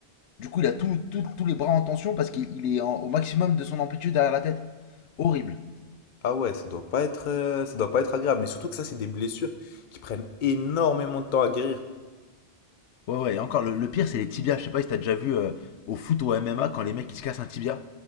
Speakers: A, on the left; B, on the left.
A: Du coup, il a tout- tout- tous les bras en tension parce qu'il est en- au maximum de son amplitude derrière la tête. Horrible.
B: Ah ouais, ça doit pas être, euh, ça doit pas être agréable. Mais surtout que ça, c'est des blessures qui prennent énormément de temps à guérir.
A: Ouais, ouais, et encore, le, le pire, c'est les tibias. Je sais pas si t'as déjà vu euh, au foot ou au MMA quand les mecs ils se cassent un tibia.